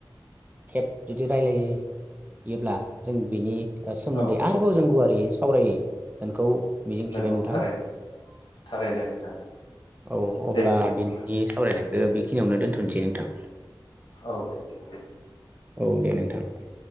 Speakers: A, on the right (about 20°); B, on the left (about 70°).
A: केब जुदि रायलायोब्ला जों बेनि सोमोन्दै
B: औ
A: आरोबाव जों गुवारै सावरायगोनखौ मिजिंथिबाय
B: नंगौ
A: नोंथां
B: थारैनो थारैनो। नोंथां
A: औ अब्ला
B: दे
A: दिनैनि
B: अब्ला
A: सावरायनायखौ बेखिनियावनो दोन्थ'नोसै नोंथां।
B: औ दे दे।
A: औ दे नोंथां दे।